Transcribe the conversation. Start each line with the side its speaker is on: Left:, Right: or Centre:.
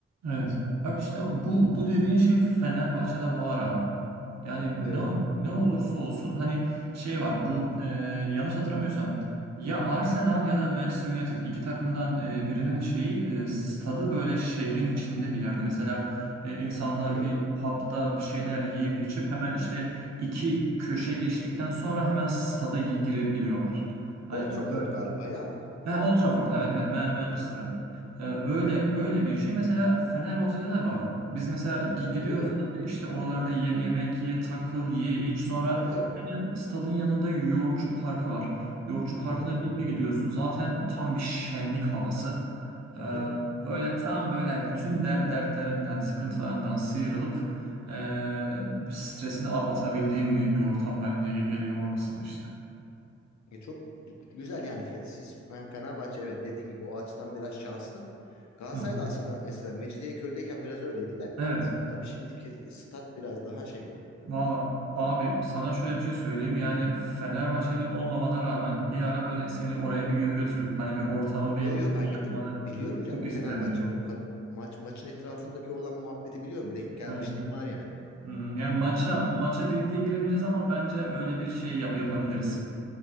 Right: Evet. Bak işte bu bu dediğin şey Fenerbahçe'de var abi. Yani
Left: Evet.
Right: ne ne olursa olsun hani şey var bu e, yanlış hatırlamıyorsam ya Arsenal ya da Manchester United iki takımdan e, birinin şeyi e, stadı böyle şehrin içinde bir yerde. Mesela e, insanlar
Left: Hı hı.
Right: bir pub'da bir şeyler yiyip içip hemen işte iki köşe geçtikten sonra hemen stada gi- girebiliyorlar. Hani
Left: Old Trafford
Right: böyle.
Left: galiba ya.
Right: Ha, Old Trafford evet evet Ma- Manchester.
Left: Hı hı.
Right: Ee, öyle öyle bir şey mesela Fenerbahçe'de de var o. Biz mesela gi- gidiyoruz
Left: Evet evet.
Right: abi işte oralarda ye- yemek ye, takıl ye, iç sonra
Left: Tabii tabii.
Right: hemen stadın yanında Yoğurtçu Parkı var. Yoğurtçu Parkı'na
Left: Hı hı.
Right: bir,
Left: Biliyorum.
Right: bir gidiyorsun zaten tam bir şenlik havası.
Left: Hı
Right: Ee,
Left: hı.
Right: böyle tam böyle bütün de dertlerinden, sıkıntılarından sıyrılıp e, stresini al- atabildiğin bir, bir ortam haline ge- geliyor orası da işte.
Left: E, Çok güzel yani Fe- siz yani Fenerbahçe evet dediğin gibi o açıdan biraz şanslı. Galatasaray
Right: Hı hı.
Left: da eskiden, eskiden Mecidiyeköy'deyken biraz öyleydi de.
Right: Evet.
Left: Tabii şimdiki stat biraz daha şey.
Right: Valla abi sana şöyle bir şey söyleyeyim. Yani Fenerbahçeli olmamana rağmen bir ara böyle seni oraya bir gö- götürüp hani bir ortamı bir
Left: Yo yo
Right: şey
Left: ben
Right: yapmanı
Left: gittim biliyorum
Right: çok
Left: canım
Right: isterim
Left: Fenerbahçe'nin
Right: yani.
Left: o kad- maç maçın etrafındaki olan muhabbeti biliyorum. Denk gelmişliğim
Right: Evet.
Left: var yani.
Right: Hı hı. Yani maça maça birlikte giremeyeceğiz ama bence öyle bir şey yap yapabiliriz.
Left: Hı-hı.